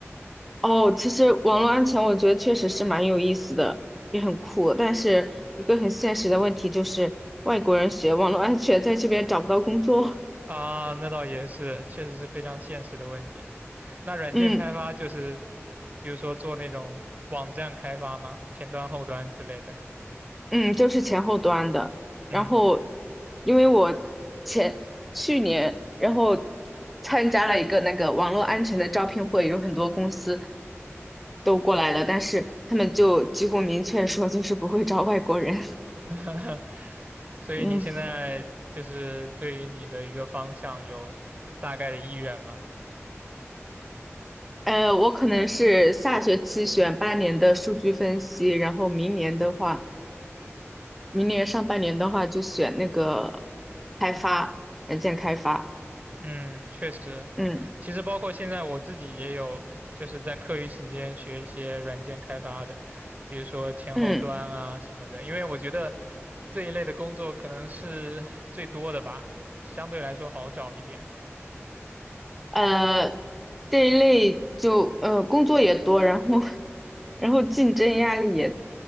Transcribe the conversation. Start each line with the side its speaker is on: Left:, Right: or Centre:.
Centre: 哦，其实网络安全我觉得确实是蛮有意思的，也很酷。但是一个很现实的问题就是，外国人学网络安全在这边找不到工作。
Right: 啊，那倒也是，确实是非常现实的问题。那软件开发就是，
Centre: <laughs> 嗯
Right: 比如说做那种网站开发吗？前端、后端之类的。
Centre: 嗯，就是前后端的。
Right: 嗯，
Centre: 然后，因为我前去年，然后参加了一个那个网络安全的招聘会，有很多公司都过来了，但是他们就几乎明确说就是不会招外国人。
Right: <laughs> 所以你现在就是对于你的一个方向有大概的意愿吗？
Centre: <laughs> 嗯。呃，我可能是下学期选半年的数据分析，然后明年的话，明年上半年的话就选那个开发，软件开发。
Right: 嗯，确实，
Centre: 嗯
Right: 其实包括现在我自己也有，就是在课余时间学一些软件开发的，比如说前后端啊什么的，
Centre: 嗯，
Right: 因为我觉得这一类的工作可能是最多的吧，相对来说好找一点。
Centre: 呃，这一类就呃工作也多，然后 <laughs> 然后竞争压力也